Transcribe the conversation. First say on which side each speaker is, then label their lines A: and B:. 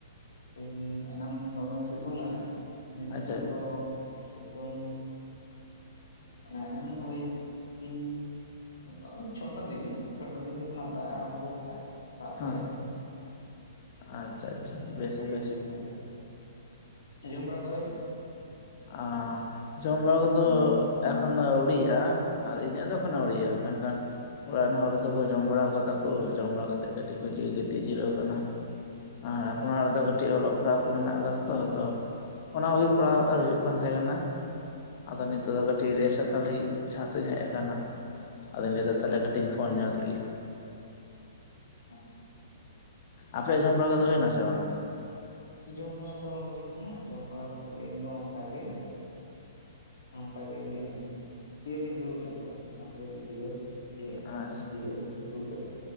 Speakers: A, on the left; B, on the left.
A: ᱫᱤᱱ ᱮᱱᱟᱝ ᱫᱚᱢᱮ ᱥᱤᱛᱩᱝᱞᱟᱜᱟᱭ ᱱᱤᱛᱳ
B: ᱟᱪᱪᱷᱟ
A: ᱫᱚ ᱥᱮᱛᱩᱝ ᱢᱟᱱᱱ ᱭ ᱛᱤᱱ ᱚᱱᱠᱟ ᱪᱷᱚᱴᱟᱨ ᱫᱤᱜᱮ ᱪᱷᱚᱴᱟ ᱫᱤᱜᱮ ᱠᱷᱚᱱᱟᱜ ᱫᱟᱜ ᱮ ᱟᱨᱟᱢᱵᱷᱚ ᱠᱫ-ᱟᱭ ᱫᱟᱜ ᱠᱮᱫᱟ-ᱟᱭ
B: ᱦᱮᱸ
A: ᱠᱟᱹᱴᱤᱡ
B: ᱟᱪᱪᱷᱟ ᱟᱪᱪᱷᱟ ᱵᱮᱥ
A: ᱵᱷᱟ ᱜᱮ
B: ᱵᱮᱥ
A: ᱵᱩᱡᱷᱟᱹᱜ ᱠᱟᱱᱟ ᱱᱤᱛᱚᱜ ᱫᱚ ᱡᱚᱢ ᱵᱟᱲᱟ ᱠᱚ ᱦᱩᱭᱱᱟ
B: ᱚᱸ ᱡᱚᱢ ᱵᱟᱲᱟ ᱠᱚᱫᱚ ᱮᱠᱷᱚᱱ ᱫᱚ ᱟᱹᱣᱲᱤᱜ-ᱟ ᱟᱨ ᱤᱧᱟᱹᱜ ᱫᱚ ᱮᱠᱷᱚᱱ ᱟᱹᱣᱲᱤᱜ-ᱟ ᱢᱮᱱᱠᱷᱟᱱ ᱚᱲᱟᱜ ᱨᱮᱱ ᱦᱚᱲ ᱫᱚᱠᱚ ᱡᱚᱢ ᱵᱟᱲᱟ ᱠᱟᱫᱟ ᱠᱚ ᱡᱚᱢ ᱵᱟᱲᱟ ᱠᱟᱛᱮᱜ ᱠᱟᱹᱴᱤᱡ ᱠᱚ ᱡᱤᱨᱟᱳ ᱜᱤᱛᱤᱡ ᱡᱤᱨᱟᱹᱜᱣ ᱠᱟᱱᱟ ᱟᱨ ᱟᱯᱱᱟᱨ
A: ᱟᱪᱪᱷᱟ
B: ᱫᱚ ᱠᱟᱹᱴᱤᱡ ᱚᱞᱚᱜ ᱯᱟᱲᱦᱟᱣ ᱠᱚ ᱢᱮᱱᱟᱜ ᱟᱠᱟᱫᱟ ᱛᱚ ᱛᱚ ᱚᱱᱟ ᱠᱚᱜᱮ ᱠᱚᱨᱟᱣ ᱥᱛᱟᱲ ᱦᱩᱭᱩᱜ ᱠᱟᱱ ᱛᱟᱦᱮᱸ ᱠᱟᱱᱟ ᱟᱫᱚ ᱱᱤᱛᱚᱜ ᱫᱚ
A: ᱟᱪᱪᱷᱟ,
B: ᱠᱟᱹᱴᱤᱡ ᱨᱮᱥ ᱦᱟᱨᱟᱢ ᱞᱟ. ᱜᱮᱫ ᱪᱷᱟᱛ ᱤᱧ ᱦᱮᱡ ᱟᱠᱟᱱᱟ ᱟᱫᱚᱧ ᱛᱟᱦᱚᱞᱮ ᱠᱟᱹᱴᱤᱡ ᱤᱧ ᱯᱷᱳᱱ ᱧᱚᱜ ᱞᱮᱜᱮ
A: ᱦᱮᱸ
B: ᱟᱯᱮᱭᱟᱜ ᱡᱚᱢ ᱵᱟᱲᱟ ᱫᱚ ᱦᱩᱭᱱᱟ ᱥᱮ ᱵᱟᱝᱟ
A: ᱡᱚᱢ ᱵᱟᱲᱟ ᱫᱚ ᱦᱩᱭ ᱟᱠᱟᱱᱟ ᱡᱚᱢ ᱵᱟᱲᱟ ᱠᱟᱛᱮᱜ ᱜᱮ ᱤᱧᱦᱚᱸ ᱚᱱᱠᱟᱜᱮ ᱚᱱᱠᱟᱟᱜᱮ ᱤᱭᱟᱹ ᱪᱤᱭᱟᱹᱨ ᱨᱤᱧ ᱫᱩᱲᱩᱵ ᱞᱮᱱ ᱛᱟᱦᱮᱱᱟ ᱱᱟᱥᱮ ᱠᱟᱛᱮᱧ ᱡᱤᱨᱟᱹ ᱡᱤᱨᱟᱹᱜ
B: ᱟᱪᱪᱷᱟ
A: ᱠᱟᱛᱮ ᱡᱤᱨᱟᱹᱜᱣ ᱠᱟᱛᱮ ᱫᱩᱲᱩᱵ ᱠᱟᱛᱮ